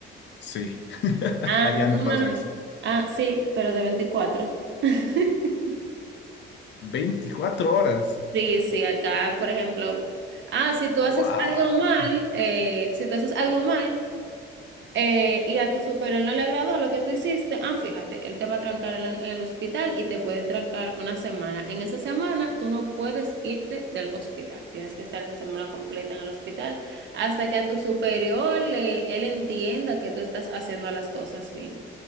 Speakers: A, on the left; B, on the right.
A: Sí, <laughs>
B: Ah,
A: allá
B: no,
A: no
B: no,
A: pasa
B: no.
A: eso.
B: Ah, sí, pero de 24. <laughs>
A: Veinticuatro horas.
B: Sí, sí, acá, por ejemplo, ah, si tú
A: Wow,
B: haces algo mal, eh, si tú haces algo mal eh, y a tu superior no le agradó lo que tú hiciste, ah, fíjate, él te va a trancar en, en el hospital y te puede trancar una semana. En esa semana tú no puedes irte del hospital, tienes que estar esa semana completa en el hospital hasta que a tu superior le, él entienda que tú estás haciendo las cosas bien.